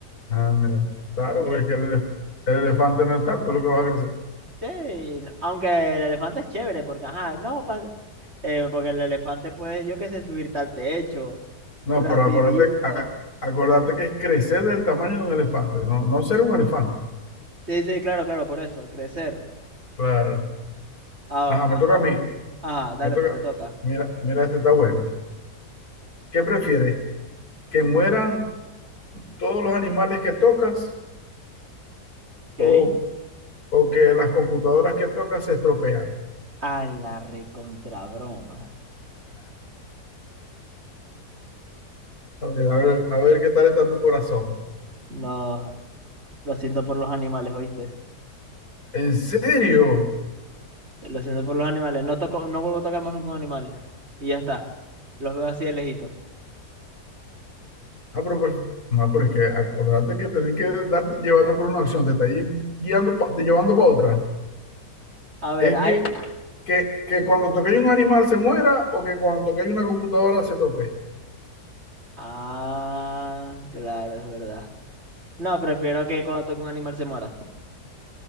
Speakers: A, on the left (about 65°); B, on the right (about 40°).
A: Ah, mira. Claro,
B: Y
A: porque
B: el-
A: es que el, elef- el elefante no es tanto lo que va a crecer.
B: sí, no- aunque el elefante es chévere, porque, ajá, no, pa- eh, porque el elefante puede, yo qué sé, subirte al techo,
A: No,
B: rapidito.
A: pero acuérdate, a- acuérdate que es crecer del tamaño de un elefante, no, no ser un elefante.
B: Sí, sí, claro, claro, por eso, crecer.
A: Claro.
B: Ah,
A: Ajá, me
B: ajá,
A: toca a mí.
B: por eso. Ajá, dale,
A: Me toca.
B: pues, te toca.
A: Mira, mira, este está bueno. ¿Qué prefieres? ¿Que mueran todos los animales que tocas o,
B: Ok.
A: o que las computadoras que tocas se estropean?
B: A la recontrabroma.
A: A ver, a ver, a ver qué tal está tu corazón.
B: No, lo siento por los animales, ¿oíste?
A: ¿En serio?
B: Lo siento por los animales. No toco, no vuelvo a tocar más nunca un animal. Y ya está. Los veo así de lejito.
A: Ah, pero, pues, no, pero es que acordate que tenés que darte- llevarte por una acción, te está ahí guiando, pa- llevando para otra.
B: A ver,
A: Es
B: hay.
A: que, que, que cuando toquéis un animal se muera o que cuando toquéis una computadora se tope.
B: Ah, claro, es verdad. No, prefiero que cuando toque un animal se muera.